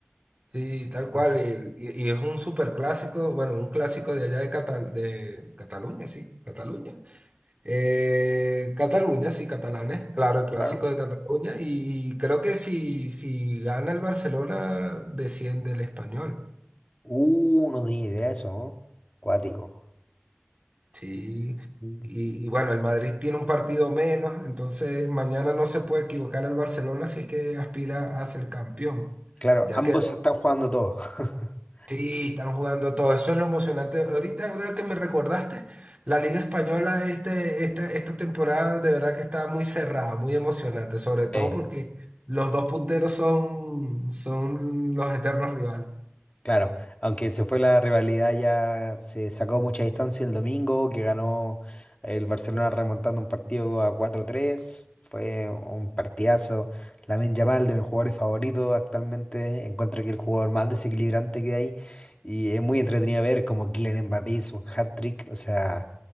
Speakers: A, on the right; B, on the left.
A: Sí, tal
B: Entonces,
A: cual. Y, y- y es un súper clásico, bueno, un clásico de allá de, Catal- de Cataluña, sí, Cataluña. Eh, Cataluña, sí, catalanes, claro, el clásico
B: claro.
A: de Cataluña. Y, creo que si, si gana el Barcelona, desciende el español.
B: Uh, no tenía idea de eso, ¿no? Cuático.
A: Sí.
B: Mm.
A: Y, y bueno, el Madrid tiene un partido menos, entonces mañana no se puede equivocar el Barcelona si es que aspira a ser campeón.
B: Claro,
A: Ya
B: ambos
A: queda.
B: están jugando todo. <laughs>
A: Sí, están jugando a todo. Eso es lo emocionante. Ahorita, ahora que me recordaste, la Liga Española este, esta, esta temporada de verdad que está muy cerrada, muy emocionante, sobre todo
B: Eh,
A: porque los dos punteros son, son los eternos rivales.
B: claro, aunque se fue la rivalidad, ya se sacó mucha distancia el domingo, que ganó el Barcelona remontando un partido a cuatro tres Fue un partidazo. Lamine Yamal, de mis jugadores favoritos actualmente, encuentro que el jugador más desequilibrante que hay. Y es muy entretenido ver como Kylian Mbappé hizo un hat-trick. O sea,